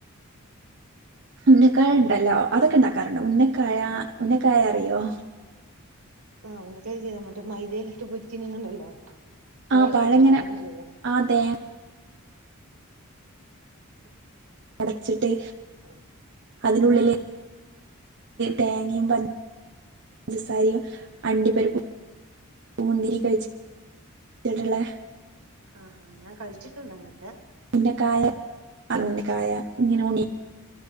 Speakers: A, on the right (about 55°); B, on the right (about 80°).
A: ഉുന്നക്കായ ണ്ടല്ലോ അതൊക്കെ ഉണ്ടാക്കാറുണ്ട് ഉന്ന് ആ
B: ആഹ്
A: ഉന്നെക്കായ അറിയോ
B: ആഹ് മറ്റേ <unintelligible> മൈദയിലിട്ട് പൊരിക്കി നിങ്ങണ്ടല്ലേ തേങ്ങ
A: ആ പഴങ്ങനെ
B: വിെച്ചിട്ടോ എന്താ ചെയ്ന്നേ
A: ആ തേങ്ങ അടച്ചിട്ട്
B: ആഹ
A: അതിനുള്ളിലെ തേങ്ങയും പഞ്ച് സാരിയും അണ്ടിപരിപ്പ് മുന്തിരി കഴിച്ച്ടളേ
B: ആഹാ ഞാൻ കഴിച്ചിട്ടുണ്ട് അങ്ങനത്തെ
A: പി കായ <unintelligible> കായ
B: ഉം
A: ഇങ്ങനെ
B: ഉം
A: ഉണ്ണി
B: ഉം